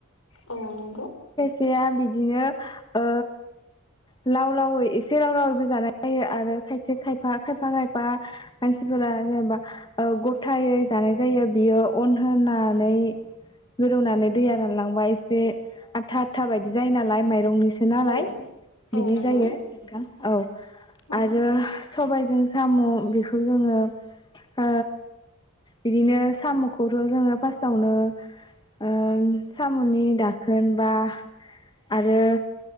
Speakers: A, on the left; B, on the left.
A: अ नंग
B: सेया बिदिनो ओ लाव लाव ए लाव लावबो जानाय जायो आरो खायसे खायफा खायफा खायफा मानसिफोरा जेनबा गथायै जानाय जायो बियो अन होनानै गोदौनानै दैया रानलांबा एसे आथा आथा बायदि जायो नालाय माइरंनि सो नालाय
A: औ
B: बिदि
A: औ नंगौ
B: जायो नोंथां औ
A: औ
B: आरो सबाय जों साम बिखौ ओ बिदिनो सामखौथ जोङो फास्तआवनो ओ सामनि दाखोन बा आरो